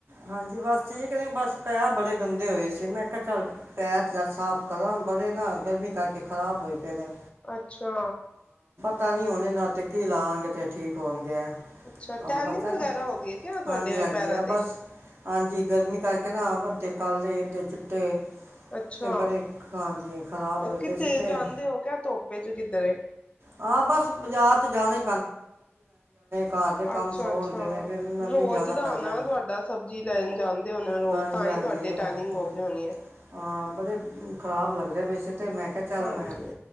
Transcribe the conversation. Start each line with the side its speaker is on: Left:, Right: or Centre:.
Right: ਹਾਂਜੀ ਬਸ ਠੀਕ ਨੇ, ਬਸ ਪੈਰ ਬੜੇ ਗੰਦੇ ਹੋਏ ਸੀ, ਮੈਂ ਕ ਚਲ ਪੈਰ ਸਾਫ਼ ਕਰਾਂ ਬੜੇ ਨਾ ਗਰਮੀ ਕਰਕੇ ਖਰਾਬ ਹੋਏ ਪਏ ਨੇ।
Left: ਅੱਛਾ।
Right: ਤਾਂ ਨੀ ਹੁਣ ਏਨਾਂ ਤੇ ਕਿ ਲਾਵਾਂਗੇ ਤੇ ਠੀਕ ਹੋਣਗੇ,
Left: ਅੱਛਾ
Right: ਤੁਹਾਨੂੰ
Left: ਟੈਨਿੰਗ
Right: ਪਤਾ
Left: ਵਗੈਰਾ
Right: ਕੁਛ,
Left: ਹੋ ਗਈ ਹੈ ਕਿਆ ਤੁਹਾਡੇ
Right: ਹਾਂਜੀ-ਹਾਂਜੀ
Left: ਪੈਰਾਂ
Right: ਆ
Left: ਤੇ
Right: ਬਸ, ਹਾਂਜੀ ਗਰਮੀ ਕਰਕੇ <unintelligible> ਅੱਧੇ ਕਾਲੇ, ਅੱਧੇ ਚਿੱਟੇ
Left: ਅੱਛਾ,
Right: ਤੇ ਬੜੇ ਹਾਂਜੀ ਖਰਾਬ ਹੋਏ
Left: ਕਿਥੇ
Right: ਪਏ ਸੀ ਤੇ
Left: ਜਾਂਦੇ ਹੋ ਕਿਆ ਧੁੱਪ ਪੇਜੂ ਕਿੱਧਰ ਏ।
Right: ਹਾਂ ਬਸ ਬਾਜ਼ਾਰ 'ਚ ਜਾਣੇ ਘਰ ਦੇ ਕੰਮ
Left: ਅੱਛਾ-ਅੱਛਾ,
Right: ਸੌ ਹੁੰਦੇ ਨੇ ਫਿਰ ਮੈਨੂੰ
Left: ਰੋਜ਼
Right: ਹੀ ਜਾਣਾ
Left: ਦਾ
Right: ਪੈਂਦਾ
Left: ਹੋਨਾ
Right: ਹੈ।
Left: ਤੁਹਾਡਾ ਸਬਜ਼ੀ ਲੈਣ ਜਾਂਦੇ ਹੋਣੇ ਰੋਜ਼
Right: ਹਾਂਜੀ
Left: ਤਾਂ
Right: ਹਾਂਜੀ
Left: ਹੀ ਤੁਹਾਡੇ
Right: ਉਹ,
Left: ਟੈਨਿੰਗ
Right: ਹਮ,
Left: ਹੋ ਗਈ ਹੋਣੀ ਹੈ।
Right: ਹਾਂ ਬੜੇ ਖਰਾਬ ਲੱਗ ਦੇ ਪਏ ਸੀ। <unintelligible> ਤੇ ਮੈਂ ਕਿਹਾ ਚੱਲ
Left: ਹਾਂਜੀ
Right: ਮੈਂ